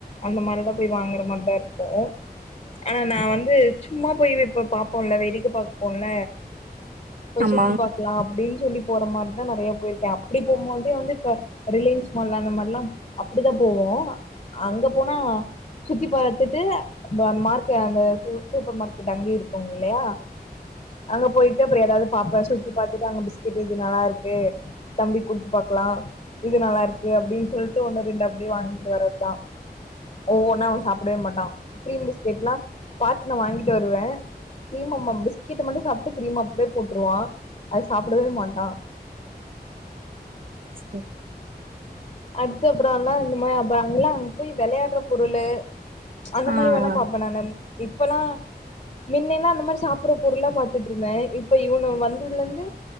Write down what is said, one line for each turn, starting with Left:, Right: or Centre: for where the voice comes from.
Left: அந்த மாரி தா போய் வாங்குற மாரி தா இருக்கு ஆனா நா வந்து சும்மா போயி இப்ப பாப்போல்ல வேடிக்க பாப்போல்ல போய்
Right: ஆமாங்க
Left: சுத்தி பாக்கலா அப்டின் சொல்லி போற மாரிதா நறைய போயிருக்க அப்டி போம் போது வந்து இப்ப ரிலையன்ஸ் மால அந்த மாரில்லா அப்டிதா போவு அங்க போனா சுத்தி பாரத்துட்டு அந்த மார்கெட் அந்த சூப்பர் மார்க்கெட் அங்கயு இருக்கு இல்லையா அங்க போய்ட்டு அப்புறோ எதாது பாப்ப சுத்தி பாத்துட்டு அங்க பிஸ்கெட் எது நல்லாருக் கு தம்பிக் குடுத்து பாக்கலா இது நல்லா இருக்கு அப்டின் சொல்ட்டு ஒண்ணு ரெண்டு அப்டியே வாங்கிட்டு வரத்தா ஒவ்வொன்னா அவ சாப்டவே மாட்டா க்ரீம் பிஸ்கெட்ல்லா பாத்து நா வாங்கிட்டு வருவ க்ரீம் அம்மா பிஸ்கெட்ட மட்டு சாப்பட்டு கிரீம்ம அப்டியே போட்ருவா அத சாப்டவே மாட்டா
Right: சேரி
Left: அடுத்த அப்புறோ எல்லா இந்த மாரி அப்ப அங்கல்லா அங்க போய் வெளையாடுற பொருளு அந்த
Right: ஆ
Left: மாரி வேணா
Right: ஆ
Left: பாப்ப நானு இப்பல்லா மின்னெல்லா அந்த மாரி சாப்பிடுற பொருளா பாத்துட்டு இருந்த இப்ப இவனு வந்ததுலந்து